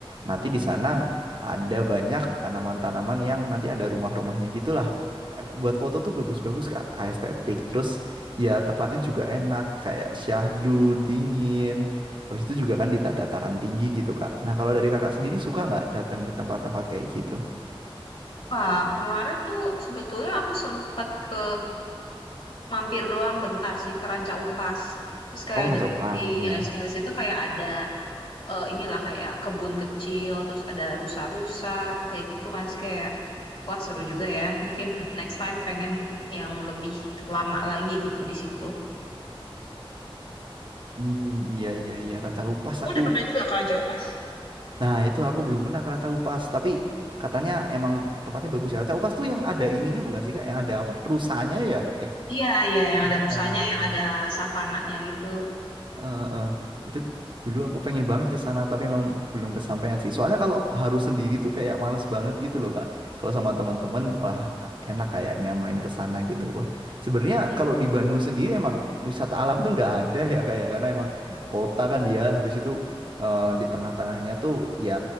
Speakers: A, on the right; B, on the left.
A: Nanti di sana ada banyak tanaman-tanaman yang nanti ada rumah-rumahnya gitulah. Eh, Buat foto tuh bagus-bagus Kak, estetik. Terus ya tempatnya juga enak, kayak syahdu, dingin. Habis itu juga kan di dataran tinggi gitu Kak. Nah kalau dari Kakak sendiri suka nggak datang ke tempat-tempat kayak gitu?
B: Pak, kemarin tuh sebetulnya aku sempat ke mampir doang bentar sih ke Ranca Upas. Terus kayak
A: Oh Ranca
B: dek-
A: Upas,
B: di
A: ya.
B: ya di sekitar situ kayak ada eh, inilah kayak kebun kecil, terus ada rusa-rusa kayak gitu kan. Terus kayak Wah, seru juga ya. Mungkin next time pengen yang lebih lama lagi gitu di situ.
A: Hmm, iya iya iya Ranca Upas
B: Kamu
A: aku.
B: udah pernah juga ke Ranca Upas?
A: Nah itu aku belum pernah ke Ranca Upas, tapi katanya emang tempatnya bagus ya. Ranca Upas tuh yang ada ininya bukan sih Kak? Yang ada apa? Rusanya ya? Eh.
B: Iya, iya,
A: Itu
B: yang
A: berarti,
B: ada rusanya,
A: ya,
B: yang
A: iya.
B: ada savananya gitu.
A: Eh, eh, eh. Itu dulu aku pengen banget ke sana tapi memang belum kesampaian sih. Soalnya kalau harus sendiri tuh kayak males banget gitu loh, Kak. Kalau sama teman-teman wah enak kayaknya main ke sana gitu. Wah, sebenarnya
B: Iya.
A: kalau di Bandung sendiri emang wisata alam tuh nggak ada ya kayak karena emang kota kan dia habis itu eh, di tengah-tengahnya tuh ya